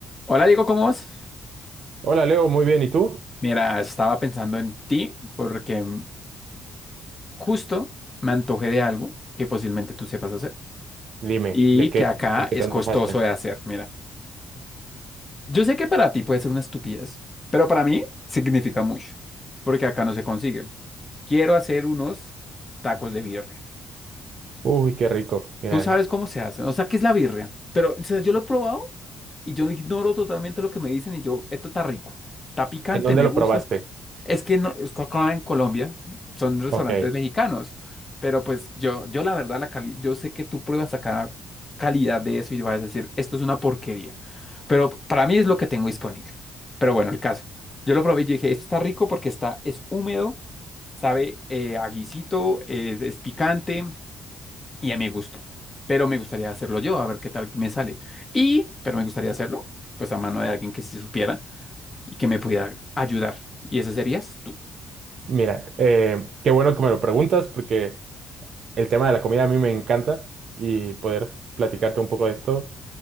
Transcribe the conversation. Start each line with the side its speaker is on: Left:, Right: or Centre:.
Left: Hola Diego, ¿cómo vas?
Right: Hola Leo, muy bien. ¿Y tú?
Left: Mira, estaba pensando en ti porque mm, justo me antojé de algo que posiblemente tú sepas hacer
Right: Dime,
Left: y
Right: ¿de qué,
Left: que acá
Right: de
Left: es
Right: qué te antojaste?
Left: costoso de hacer. Mira, yo sé que para ti puede ser una estupidez, pero para mí significa mucho porque acá no se consigue. Quiero hacer unos tacos de birria.
Right: Uy, qué rico. Mira,
Left: Tú sabes cómo se hacen, o sea, ¿qué es la birria? Pero o sea, yo lo he probado y yo ignoro totalmente lo que me dicen y yo, esto está rico, está picante,
Right: ¿en dónde
Left: me
Right: lo
Left: gusta.
Right: probaste?
Left: Es que no, es que acá en Colombia son restaurantes
Right: Ok,
Left: mexicanos, pero pues yo, yo la verdad, la cali yo sé que tú pruebas acá calidad de eso y vas a decir, esto es una porquería, pero para mí es lo que tengo disponible. Pero bueno, el caso, yo lo probé y yo dije, esto está rico porque está, es húmedo, sabe eh, a guisito, eh, es, es picante y a mi gusto, pero me gustaría hacerlo yo, a ver qué tal me sale. Y, pero me gustaría hacerlo, pues a mano de alguien que sí supiera y que me pudiera ayudar. Y ese serías tú,
Right: mira, eh, qué bueno que me lo preguntas porque el tema de la comida a mí me encanta y poder platicarte un poco de esto